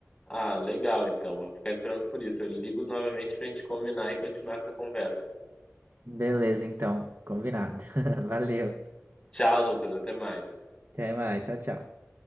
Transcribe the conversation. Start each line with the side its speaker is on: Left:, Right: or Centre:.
Left: Ah, legal, então. Vou ficar esperando por isso. Eu ligo novamente pra gente combinar e continuar essa conversa.
Right: Beleza, então. Combinado. <laughs> Valeu.
Left: Tchau, Lucas. Até mais.
Right: Até mais, tchau, tchau.